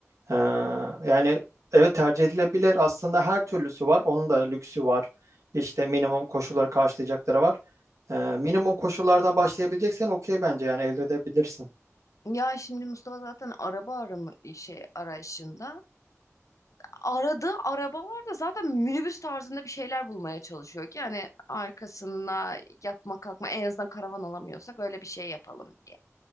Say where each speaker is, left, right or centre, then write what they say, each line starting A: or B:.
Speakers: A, on the right; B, on the left.
A: Ee, yani evet tercih edilebilir. Aslında her türlüsü var. Onun da lüksü var. İşte minimum koşulları karşılayacakları var. Ee, minimum koşullardan başlayabileceksen okey bence yani elde edebilirsin.
B: Ya şimdi Mustafa zaten araba arama şey arayışında. aradığı arabalarda zaten minibüs tarzında bir şeyler bulmaya çalışıyor ki yani arkasına yatma kalkma en azından karavan alamıyorsak öyle bir şey yapalım diye.